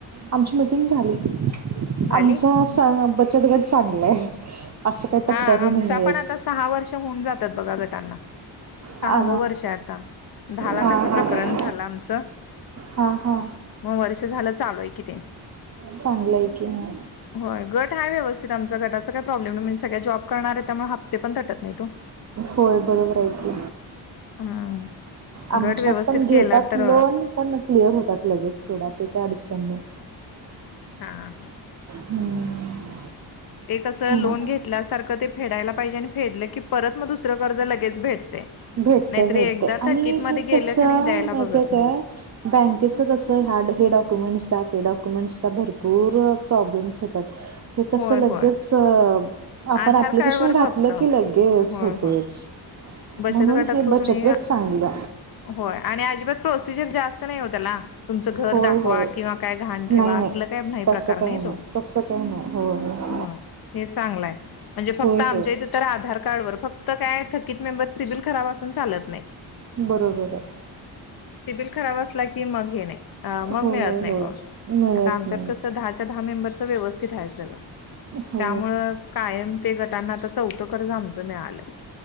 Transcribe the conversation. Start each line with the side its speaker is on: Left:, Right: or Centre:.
Right: आमची मिटिंग झाली
Left: झाली
Right: आमचा च बचत गट चांगलं आहे असं काही
Left: हा
Right: तक्रारी
Left: आमचा
Right: नाही आहे.
Left: पण आता सहा वर्ष होऊन जातात बघा गटांना. सहावं
Right: हा
Left: वर्षआहे आता दहा लाखाचं
Right: हा
Left: प्रकरण
Right: हा
Left: झालं आमचं.
Right: हा हा.
Left: मग वर्ष झालं चालूय कि ते.
Right: चांगलंय कि म.
Left: होय गट आहे व्यवस्थित आमचा गटाचा काय प्रॉब्लेम नाही म्हणजे सगळ्या जॉब करणार आहे त्यामुळे हप्ते पण तटत नाही तो.
Right: होय बरोबर आहे की.
Left: हम्म
Right: आमच्यात
Left: गट व्यवस्थित
Right: पण घेतात
Left: केला तर
Right: लोन. पण न क्लिअर होतात लगेच सोडा ते काय अडचन नाय.
Left: हा हा.
Right: हम्म
Left: ते कसं लोन
Right: मग
Left: घेतल्यासारखं ते फेडायला पाहिजे आणि फेडलं की परत मग दुसरं कर्ज लगेच भेटते.
Right: भेटतं
Left: नाहीतरी
Right: भेटतं
Left: एकदा
Right: आणि
Left: थकीत मध्ये
Right: हे
Left: गेलं
Right: कसं
Left: का नाही
Right: आहे
Left: द्यायला
Right: माहित
Left: बघत नाही
Right: काय बँकेचं कसं आहे हा हे डॉक्युमेंट्स द्या डॉक्युमेंट्सचा भरपूर प्रॉब्लेम्स होतात. हे कस
Left: होय
Right: लगेच
Left: होय
Right: अ आपण
Left: आधार
Right: ऍप्लिकेशन
Left: कार्ड वर
Right: घातलं
Left: फक्त
Right: की लगेच
Left: होय
Right: होतेच.
Left: होय बचत
Right: म्हणून
Left: गटात
Right: हे
Left: रुगणेया
Right: बचत गट चांगलं
Left: होय आणि अजिबात प्रोसिजर जास्त नाही हो त्याला. तुमचं घर
Right: होय
Left: दाखवा
Right: होय
Left: किंवा काय घाण ठेवा
Right: नाही नाही
Left: असलं काय नाही
Right: तसं
Left: प्रकार
Right: काही
Left: नाही तो.
Right: तसं काही नाही होय होय
Left: म हे चांगलं आहे म्हणजे फक्त
Right: होय
Left: आमच्या
Right: होय
Left: इथं तर आधार कार्ड वर फक्त काय थकीत मेंबर सिबिल खराब असून चालत नाही.
Right: बरोबर आहे.
Left: ते सीबिल खराब असला की मग हे नाही अ मग
Right: होय
Left: मिळत नाही
Right: होय
Left: लोन.
Right: मिळत
Left: आता आमच्यात
Right: नाही
Left: कसं दहाच्या दहा मेंबरच व्यवस्थित आहे सगळं
Right: हो
Left: त्यामुळं कायम ते गटांना आता चौथं कर्जा आमचं मिळालंय.